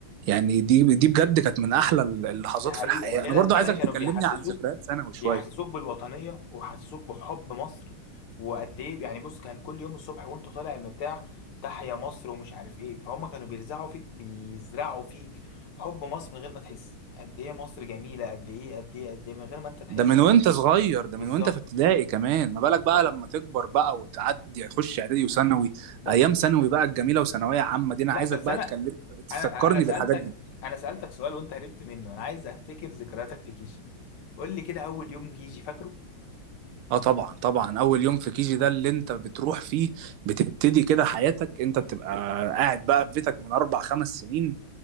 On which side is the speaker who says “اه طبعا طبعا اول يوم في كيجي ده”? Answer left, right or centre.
Right